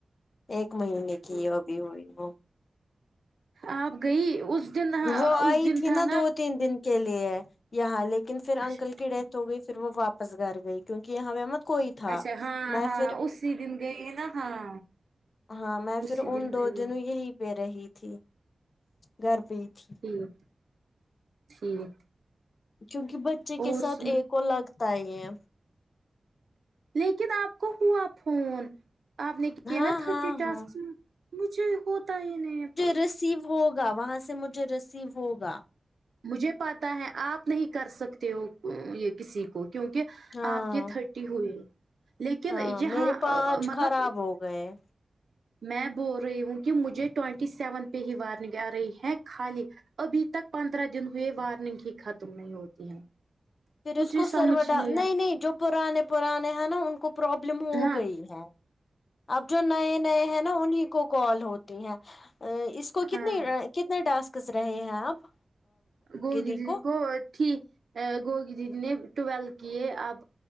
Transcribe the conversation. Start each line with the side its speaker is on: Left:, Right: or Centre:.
Left: ایک
Right: اچھا
Left: مہینے
Right: ٹھیک
Left: کی ابھی ہوئی وہ
Right: آپ گئی اس دن ہاں
Left: وہ
Right: اس
Left: آئی
Right: دن
Left: تھی
Right: تھا
Left: نا دو تین دن کے لیے یہاں لیکن پھر
Right: اچھا
Left: انکل
Right: ٹھیک
Left: کی ڈیتھ ہو گئی پھر وہ واپس گھر گئی کیونکہ یہاں پے مت کوئی تھا
Right: اچھا ہاں
Left: میں
Right: ہاں
Left: پھر
Right: اسی دن گئے ہیں نا ہاں
Left: ہاں میں
Right: اسی
Left: پھر ان
Right: دن
Left: دو
Right: گئی
Left: دنوں یہی پے رہی تھی گھر پئی تھی
Right: ٹھیک ٹھیک
Left: کیونکہ بچے
Right: اور
Left: کے ساتھ
Right: سن
Left: ایک لگتا ہی ہے
Right: لیکن آپ کو ہوا پھون آپ نے کیا
Left: ہاں
Right: نا تھرٹی
Left: ہاں
Right: ٹاسک
Left: ہاں
Right: میں مجھے ہوتا ہی نہیں ہے
Left: رسیو ہوگا وہاں سے مجھے ریسیو ہوگا
Right: مجھے پتا ہے آپ نہیں کر سکتے ہو یہ کسی کو کیونکہ
Left: ہاں
Right: آپ کے تھرٹی ہوئی لیکن
Left: ہاں
Right: یہاں
Left: میرے پانچ
Right: مطلب
Left: خراب ہو گئے
Right: میں بول رہی ہوں کہ مجھے ٹوینٹی سیون پہ ہی وارننگ آ رہی ہے خالی ابھی تک پندرہ دن ہوئے وارننگ ہی ختم نہیں ہوتی ہے
Left: پھر
Right: مجھے
Left: اس کو سر
Right: سمجھ
Left: ڈ نہیں
Right: آ
Left: نہیں جو پرانے پرانے ہیں نا ان کو پروابلم ہو
Right: ہاں
Left: گئی ہے اب جو نئے نئے ہیں نا انہی کو کال ہوتی ہیں اس کو کتنے
Right: ہاں
Left: کتنے ڈسکس رہے ہیں آپ
Right: گوگی
Left: دی
Right: جی
Left: کو
Right: گوٹ ت گوگی دیی نے ٹویلو کیے اب